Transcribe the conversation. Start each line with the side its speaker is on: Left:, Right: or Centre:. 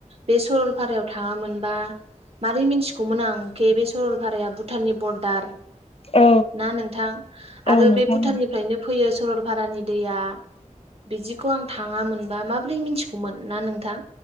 Right: बे सरलपारायाव थाङामोनबो मारै मिथिगौमोन आं केे बे सरल भाराया भुटाननि बरडारो
Left: औ
Right: ना नोंथां
Left: औ
Right: आरो
Left: नोंथां
Right: बे भुटाननिफ्रायनो फैयो सरलपारानि दैयाबो बिदिखौ आं थाङामोनबा माबोरै मिथिगौमोन ना नोंथां